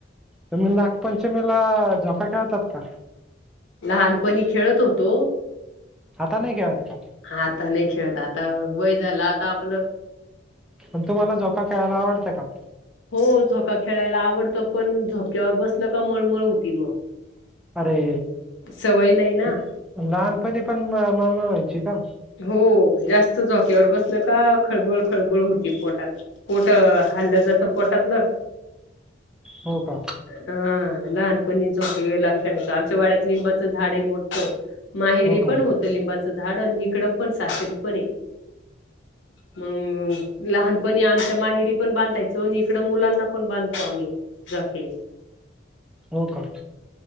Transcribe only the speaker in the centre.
तुम्ही नागपंचमीला झोका खेळतात का?
आता नाही खेळत का?
पण तुम्हाला झोका खेळायला आवडते का?
अरे
लहानपणी पण मळमळ व्हायची का?
हो का.
हो का?
हो का,